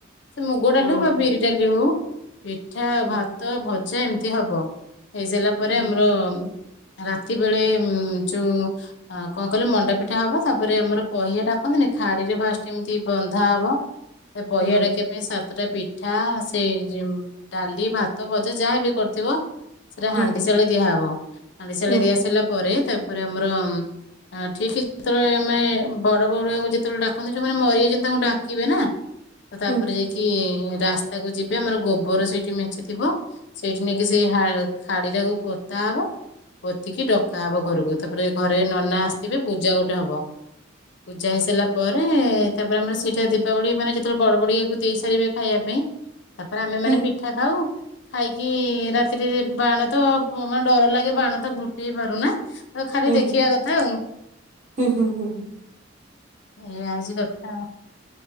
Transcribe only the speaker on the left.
ସେ ମୁଗ ଡାଲି
ବା ବିରି ଡାଲି ହଉ ପିଠା
ଭାତ ଭ ସେ ଏମତି ହବ। ହେଇସାରିଲା ପରେ
ଆମର ରାତି ବେଳେ ଯୋଉ ଆ କଣ କହିଲ ମଣ୍ଡାପିଠା ହବ ତାପରେ ଆମର ପହିଆ ଡାକନ୍ତିନି ଖାଡିରେ ଫାଷ୍ଟ ଏମିତି ବନ୍ଧା ହବ ଏ ପହିଆ
ଡାକିଆ ସାତଟା ପିଠା ସେଇ ଯୋଉ ଡାଲି ଭାତ ଭଜା ଯାହାବି କରିଥିବ ସେଟା
ହାଣ୍ଡି ସାଳେ ଦିଆହବ। ହାଣ୍ଡି ସାଳେ
ଦିଆସାରିଲା ପରେ ତାପରେ ଆମର ଆଁ ଠିକ୍ ଯେତେବେଳେ ମାନେ ବଡ ବଡୁଆକୁ ଯେତେବେଳେ ଡାକନ୍ତି ଯୋଉମାନେ ମରିଯାଇଛନ୍ତି ତାଙ୍କୁ ଡାକିବେ ନା? ତ ତାପରେ
ଯାଇକି ରାସ୍ତାକୁ ଯିବେ ଆମର ଗୋବର ସେଇଠି ମେଞ୍ଚିଥିବ ସେଇଠି ନେଇକି ସେଇ ହା ଖାଡି ଟାକୁ ପୋତା ହବ ପୋତିକି ଡକା ହବ ଘରକୁ। ତାପରେ ଘରେ ନନା ଆସିଥିବେ ପୂଜା ଗୋଟେ ହବ। ପୂଜା ହେଇସାରିଲା ପରେ ତାପରେ ଆମେ ସେଇଟା ଦୀପାବଳି ମାନେ ଯେତେବେଳେ ବଡ ବଡିଆକୁ ଦେଇ ସାରିବେ ଖାଇବା ପାଇଁ, ତାପରେ ଆମେ
ମାନେ ପିଠା ଖାଉ। ଖାଇକି କି ରାତିରେ ବାଣ ତ ମା ଡର ଲାଗେ ବାଣ ତ ଫୁଟେଇ ପାରୁନା ତ ଖାଲି
ଦେଖିବା
କଥା ଆଉ।
ଏଇଆ ହ ହଁ।